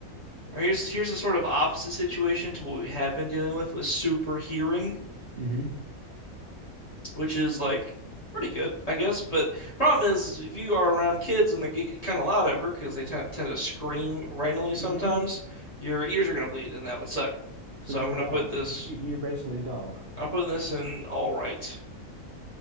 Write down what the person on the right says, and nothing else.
hmm
hmm
So
you're
a dog.
You- You're basically a dog.